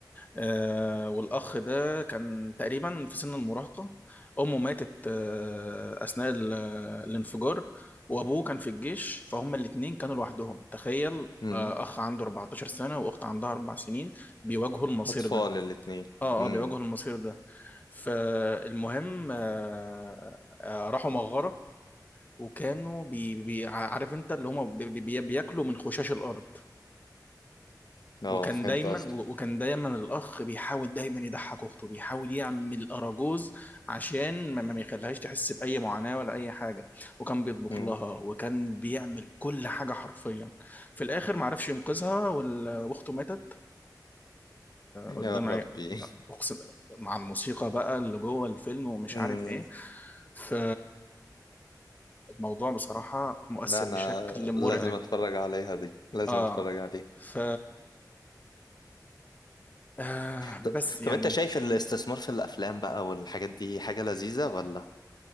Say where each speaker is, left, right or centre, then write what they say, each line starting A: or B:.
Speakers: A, on the left (about 25°); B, on the left (about 70°).
A: آه والأخ ده كان تقريبا في سن المراهقة أمه ماتت آه أثناء ال- الانفجار وأبوه كان في الجيش فهم الاتنين كانوا لوحدهم تخيل
B: امم
A: آه أخ عنده 14 سنة وأخت عندها أربع سنين بيواجهوا المصير
B: اطفال
A: ده
B: الاتنين
A: آه
B: امم
A: آه بيواجهوا المصير ده فالمهم آه آه راحوا مغارة وكانوا بي بي ع- عارف انت اللي هم بي بي بياكلوا من خشاش الارض
B: اه
A: وكان
B: فهمت
A: دايما
B: قصدك
A: وكان دايما الاخ بيحاول دايما يضحك اخته بيحاول يعمل اراجوز عشان ما ما يخليهاش تحس باي معاناه ولا اي حاجه وكان بيطبخ
B: امم
A: لها وكان بيعمل كل حاجه حرفيا في الاخر ما عرفش ينقذها وال- واخته ماتت
B: يا
A: قدام
B: ربي
A: عي- أقسم- مع الموسيقى بقى اللي جوه الفيلم ومش
B: امم
A: عارف ايه ف الموضوع بصراحه مؤثر
B: لا انا
A: بشكل مرعب
B: لازم اتفرج عليها دي لازم
A: اه
B: اتفرج عليها
A: ف آه
B: طب,
A: بس يعني
B: طب انت شايف الاستثمار في الافلام بقى والحاجات دي حاجة لذيذة ولا